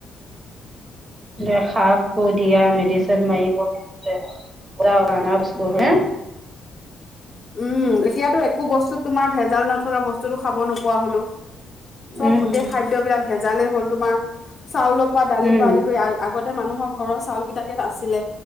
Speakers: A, on the right; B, on the left.
A: দে খাপ ক দিয়া মেডিচিন মাৰিব অ ন বছ
B: উম এতিয়াতো একো বস্তুত তোমাৰ ভেজাল নথকা বস্তু বস্তুটো খাব নোপোৱা হলো চব
A: উম
B: গোটেই খাদ্যবিলাক ভেজালেই হ'ল তোমাৰ। চাউলৰ পৰা দালিৰ
A: উম
B: পৰা আদি কৰি আগতে মানুহৰ ঘৰৰ চাউল কেইটাকেইটা আছিলে